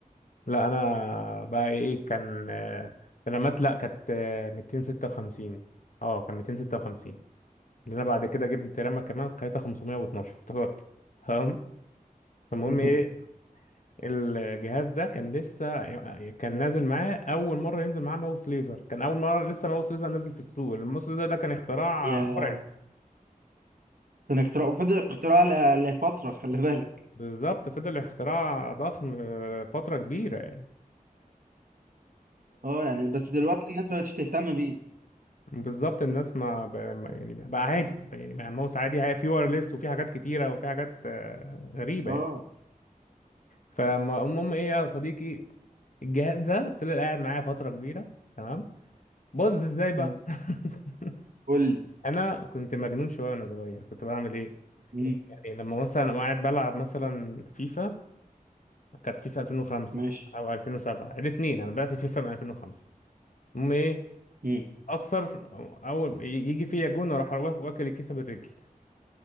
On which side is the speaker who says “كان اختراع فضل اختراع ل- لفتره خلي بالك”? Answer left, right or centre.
Right